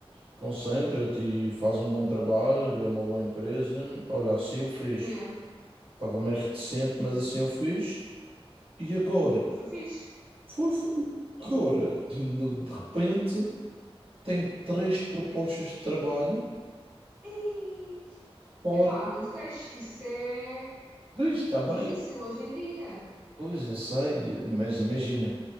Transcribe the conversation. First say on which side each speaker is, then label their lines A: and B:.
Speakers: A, on the right (about 65°); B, on the right (about 20°).
A: concentra-te e faz um bom trabalho, é uma boa empresa. Olha, assim eu fiz.
B: Yeah.
A: Estava meio reticente, mas assim eu fiz. E agora,
B: E, e foi fixe.
A: foi, foi. Agora, de de repente, tem três propostas de trabalho
B: Ei!
A: fora.
B: Epá, não te queixes, que isso é
A: Pois, está bem,
B: difícil hoje em dia.
A: pois eu sei, mas imagina,